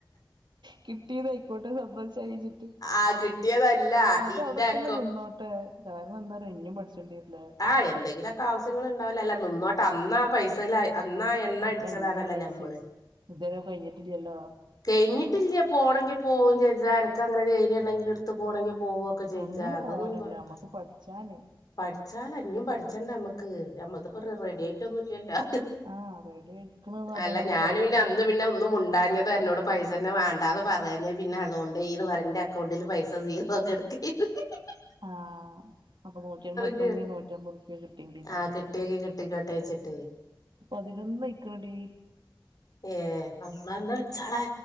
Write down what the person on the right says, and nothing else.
കിട്ടിയതായിക്കോട്ടെ സന്തോഷായി വെച്ചിട്ട്.
അതവിടത്തന്നെ
നിന്നോട്ടെ കാരണം എന്താർയോ ഇനിയും പഠിച്ചേണ്ടിരില്ലേ.
അല്ല
ഇഞ്ഞ് ലൈസൻസ്
ഇതുവരെ കഴിഞ്ഞിട്ടില്ലല്ലോ
അങ്ങനെ
പോവലല്ല
നമ്മക്ക് പഠിച്ചാന്
ആ റെഡി പറഞ്ഞ്ങ്ങാണ്ട്
ഇപ്പ ധൈര്യത്തിലിരിക്ക
ആഹ് അപ്പൊ നൂറ്റിയമ്പത് റുപ്യ
ഇനി നൂറ്റമ്പത് റുപ്യാ കിട്ടിണ്ടെ വെച്ചിട്ട്
പതിനൊന്നായിക്കണ ടീ